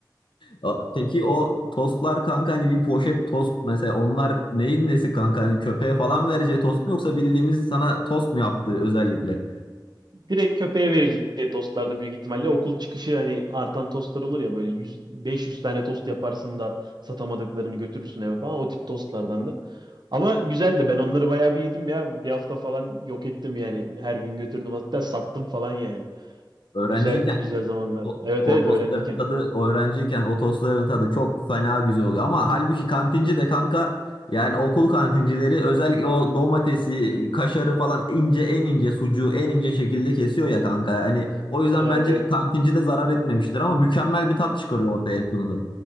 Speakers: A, on the left (about 75°); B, on the right (about 60°).
A: O- Peki o tostlar kanka hani bir poşet tost mesela onlar neyin nesi kanka hani köpeğe falan vereceği tost mu yoksa bildiğimiz sana tost mu yaptığı özellikle?
B: Direkt köpeğe vereceği tostlardı büyük ihtimalle. Okul çıkışı hani artan tostlar olur ya böyle 100, 500 tane tost yaparsın da satamadıklarını götürürsün eve falan. O tip tostlardan da. Ama güzeldi. Ben onları bayağı bir yedim ya. Bir hafta falan yok ettim yani. Her gün götürdüm. Hatta sattım falan yani.
A: Öğrenciyken
B: Güzeldi, güzel zamanlar.
A: O,
B: Evet
A: o
B: evet
A: tostların
B: öğrenciyken.
A: tadı öğrenciyken o tostların tadı çok fena güzel oluyor. Ama halbuki kantinci de kanka yani okul kantincileri özellikle o domatesi, kaşarı falan ince en ince sucuğu en ince şekilde kesiyor ya kanka. Hani o yüzden
B: Evet
A: bence
B: evet.
A: kantinci de zarar etmemiştir ama mükemmel bir tat çıkarıyor ortaya en sonunda.